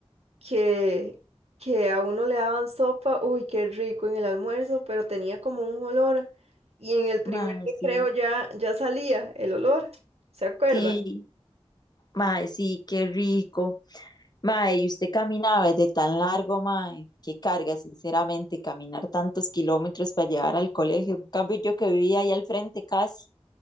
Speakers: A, on the right; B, on the left.
A: que, que a uno le daban sopa, uy, qué rico en el almuerzo, pero tenía como un olor, y en el primer
B: Mae,
A: recreo
B: sí,
A: ya, ya salía el olor, ¿se acuerda?
B: sí, mae, sí, qué rico. Mae, y usted caminaba desde tan largo, mae, qué carga, sinceramente, caminar tantos kilómetros para llevar al colegio. En cambio, yo que vivía ahí al frente casi,